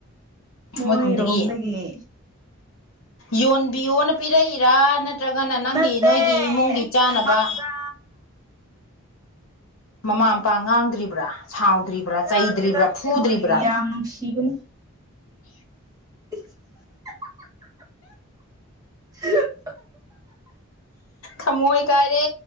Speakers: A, on the right; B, on the left.
A: ꯃꯣꯏꯔꯣꯝꯗꯒꯤ
B: ꯃꯣꯏ ꯈꯨꯟꯗꯒꯤ ꯌꯣꯟꯕꯤꯌꯣꯅ ꯄꯤꯔꯛꯏꯔꯥ ꯅꯠ ꯅꯠꯇ꯭ꯔꯒꯅ ꯅꯪꯒꯤ
A: ꯅꯠꯇꯦ
B: ꯅꯣꯏꯒꯤ ꯏꯃꯨꯡꯒꯤ
A: ꯑꯩꯒꯤꯗꯃꯛꯇ
B: ꯆꯥꯅꯕ ꯃꯃꯥ ꯃꯄꯥ ꯉꯥꯡꯗ꯭ꯔꯤꯕ꯭ꯔꯥ ꯁꯥꯎꯗ꯭ꯔꯤꯕ꯭ꯔꯥ
A: ꯉꯥꯡꯗꯦꯗ
B: ꯆꯩꯗ꯭ꯔꯤꯕ꯭ꯔꯥ ꯐꯨꯗ꯭ꯔꯤꯕ꯭ꯔꯥ
A: ꯑꯩꯕꯨ ꯌꯥꯝ ꯅꯨꯡꯁꯤꯕꯅꯤ <unintelligible> <unintelligible>
B: ꯊꯝꯃꯣꯏ ꯀꯥꯏꯔꯦ